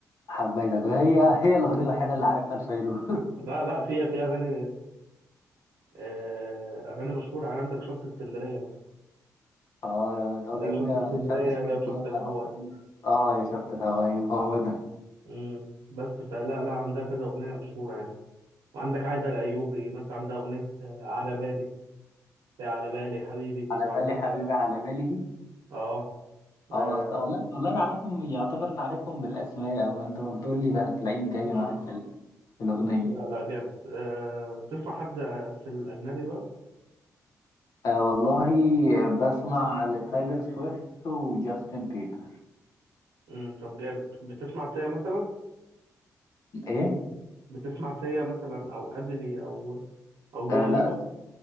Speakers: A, on the left (about 65°); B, on the right (about 80°).
A: حبيتك هي هي الأغنية الوحيدة اللي عارفها لفيروز
B: لا لا في في أغاني آه، أغاني مشهورة يعني عندك شط اسكندرية مثلا
A: <laughs> اه يا- ده هو
B: لا
A: بيقول
B: شط
A: يا
B: اسكندرية
A: شط اسكندرية
B: يا شط
A: يا
B: الهوا
A: بحر
B: دي
A: اه يا شط الهوايب هو ده
B: مم. بس فلا لا عندها كذا أغنية مشهورة يعني وعندك عايدة الأيوبي مثلا عندها أغنية آه، على بالي لا على بالي حبيبي دي
A: على
B: وعندك
A: بالي حبيبي على بالي دي
B: آه آه،
A: اه طب والله والله انا عارفهم يعتبر انا عارفهم بالاسماء او انت ما بتقول لي بقى تلاقيني جاي
B: مم.
A: معاك في ال- في الاغنيه
B: لا لا جامد آه، بتسمع حد في الأجنبي بقى؟
A: آه والله بسمع لتايلر سويفت وجاستن بيبر
B: مم. طب جامد بتسمع سيا مثلا؟
A: ايه
B: بتسمع سيا مثلا او ادلي او او دواليبا
A: آه لا